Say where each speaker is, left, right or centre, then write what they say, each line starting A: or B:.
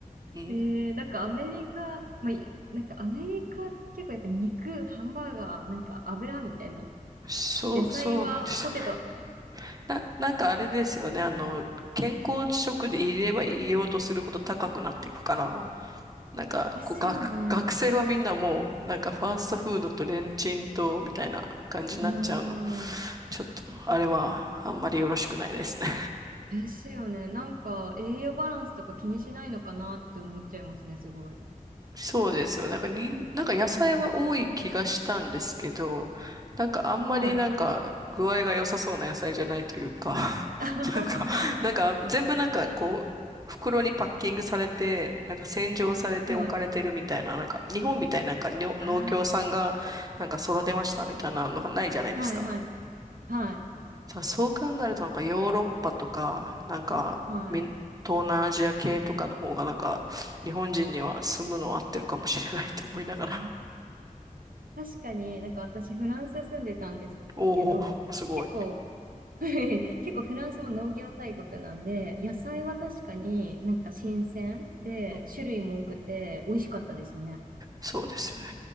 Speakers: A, on the right; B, on the right.
A: うん。
B: えー、なんかアメリカ、まあ、いなんかアメリカって結構やっぱ肉、ハンバーガー、なんか油みたいな。
A: そう、
B: 野菜はポテトみたいな。
A: そうなんですよね。な、なんかあれですよね。あの、健康食で入れれば入れようとするほど高くなっていくから、なんか、
B: ですよね。
A: こう、学、学生はみんなもう、なんかファーストフードとレンチンと、みたいな感じになっちゃうの。
B: うーん。
A: ちょっと、あれはあんまりよろしくないですね。
B: ですよね。なんか栄養バランスとか気にしないのかなって思っちゃいますね、すごい。
A: そうですよ。なんかに、なんか野菜は多い気がしたんですけど、
B: うん。
A: なんかあんまりなんか具合が良さそうな野菜じゃないというか、
B: はい。
A: <laughs>
B: <laughs>
A: なんか、なんか全部なんかこう、袋にパッキングされて、なんか洗浄されて置かれてるみたいな、
B: はい。
A: なんか日本みたいななんかにょ農協さんがなんか育てましたみたいなのがないじゃないですか。
B: ああ。はいはい。はい。
A: さ、そう考えるとなんかヨーロッパとか、なんかみ東南アジア系とかの方がなんか日本人には住むの合ってるかもしれないって思いながら。
B: はい。あ確かになんか私フランス住んでたんですけど、
A: <laughs> おお、すごい。
B: 結構 <laughs> 結構フランスも農業大国なんで、野菜は確かになんか新鮮で、
A: うんうん、
B: 種類も多くて美味しかったですね。
A: そうですよね。